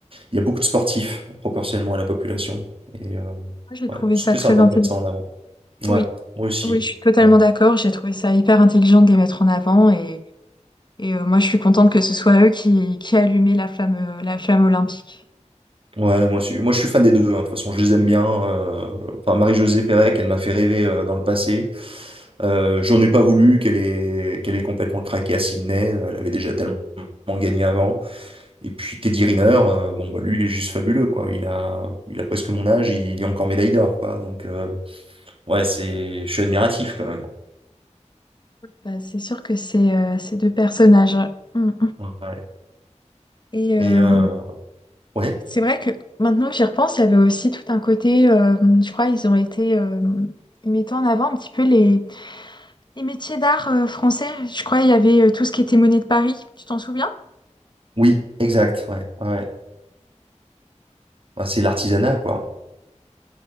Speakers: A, on the right (about 50°); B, on the left (about 40°).
A: il y a beaucoup de sportifs proportionnellement à la population. Et euh,
B: Moi, j'ai trouvé
A: ouais, c'était
B: ça très
A: sympa
B: intelligent.
A: de mettre ça en avant. Ouais,
B: Oui,
A: moi aussi.
B: oui, je suis totalement
A: Ouais,
B: d'accord. J'ai trouvé ça hyper intelligent de les mettre en avant et, et, euh, moi je suis contente que ce soit eux qui, qui allumaient la flamme, euh, la flamme olympique.
A: Ouais, moi, aussi. Moi, je suis fan des deux. hein. De toute façon, je les aime bien. euh, Enfin, Marie-Josée Pérec, elle m'a fait rêver euh, dans le passé. Euh, j'en ai pas voulu qu'elle ait, qu'elle ait complètement craqué à Sydney. Euh, Elle avait déjà tellement gagné avant. Et puis Teddy Riner, euh, bon, bah, lui, il est juste fabuleux, quoi. Il a, il a presque mon âge, il, il est encore médaille d'or, quoi. Donc, euh, Ouais, c'est, je suis admiratif quand même.
B: Bah, c'est sûr que c'est euh, ces deux personnages. Mm.
A: Ouais.
B: Et euh,
A: Et euh, ouais,
B: c'est vrai que maintenant que j'y repense, il y avait aussi tout un côté, euh, je crois, ils ont été, euh, ils mettaient en avant un petit peu les, les métiers d'art euh, français. Je crois il y avait euh, tout ce qui était monnaie de Paris, tu t'en souviens?
A: oui, exact. Ouais, ouais. ouais. Ouais, c'est l'artisanat, quoi.